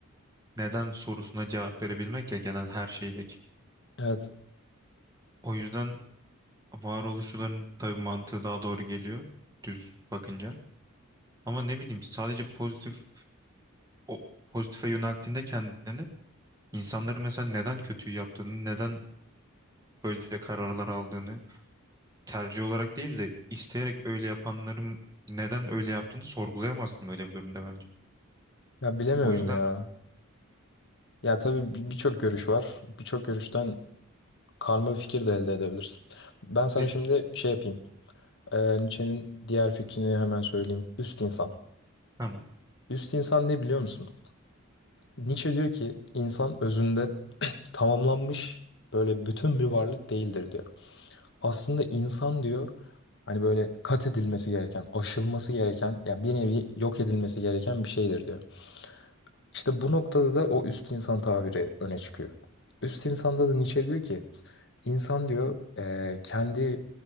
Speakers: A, on the right; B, on the left.
A: neden sorusuna cevap verebilmek ya genel her şeydeki.
B: Evet.
A: O yüzden varoluşçuların tabii mantığı daha doğru geliyor düz bakınca. Ama ne bileyim sadece pozitif o pozitife yönelttiğinde kendini insanların mesela neden kötüyü yaptığını, neden böyle kararlar aldığını tercih olarak değil de isteyerek öyle yapanların neden öyle yaptığını sorgulayamazsın böyle bir durumda bence.
B: Ya bilemiyorum
A: O yüzden
B: ya. Ya tabii bir- birçok görüş var. Birçok görüşten karma bir fikir de elde edebilirsin. Ben sana
A: te-
B: şimdi şey yapayım. Ee, Nietzsche'nin diğer fikrini hemen söyleyeyim. Üst insan.
A: tamam.
B: Üst insan ne biliyor musun? Nietzsche diyor ki insan özünde <clears throat> tamamlanmış böyle bütün bir varlık değildir diyor. Aslında insan diyor hani böyle kat edilmesi gereken, aşılması gereken ya bir nevi yok edilmesi gereken bir şeydir diyor. İşte bu noktada da o üst insan tabiri öne çıkıyor. Üst insanda da Nietzsche diyor ki insan diyor eee, kendi